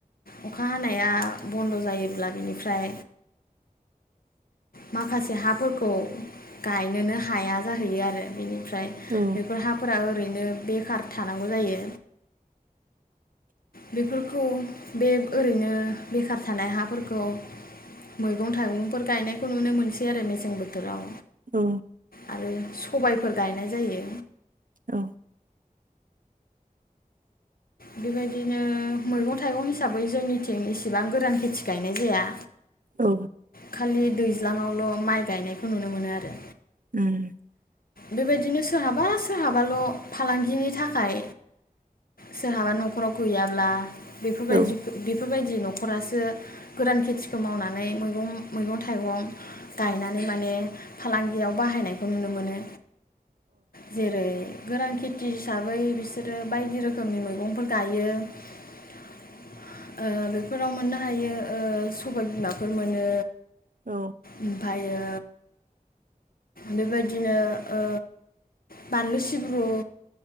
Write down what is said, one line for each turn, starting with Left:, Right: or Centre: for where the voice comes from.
Left: अखा हानाया बन्द' जायोब्ला बिनिफ्राय माखासे हाफोरखौ गायनोनो हाया जाहैयो आरो बेनि ओमफ्राय
Right: औ
Left: बेफोर हाफोरा ओरैनो बेखार थानांगौ जायो। बेफोरखौ बे ओरैनो बेखार थानाय हाफोरखौ मैगं थाइगंफोर गायनायखौ नुनो मोनसै आरो मेसें बोथो थोराव
Right: औ
Left: आरो सबाय फोर गायनाय जायो।
Right: औ।
Left: बेबायदिनो मैगं थाइगं हिसाबै जोंनिथिं इसिबां गोरान खेथि गायनाय जाया।
Right: औ।
Left: खालि दैज्लाङावल' माइ गायनायखौ नुनो मोनो आरो।
Right: ओम।
Left: बेबायदिनो सोरहाबा सोरहाबाल' फालांगिनि थाखाय सोरहाबा न'खराव गैयाब्ला बेफोरबायदि
Right: औ
Left: बेफोरबायदि न'खरासो गोरान खेथिखौ मावनानै मैगं मैगं थाइगं गायनानै माने फालांगियाव बाहायनायखौ नुनो मोनो। जेरै गोरान खेथि हिसाबै बिसोरो बायदि रोखोमनि मैगंफोर गायो। ओ बेफोराव मोननो हायो ओ सबाय बिमाफोर मोनो।
Right: औ
Left: ओमफायो बेबायदिनो ओ बानलु सिब्रु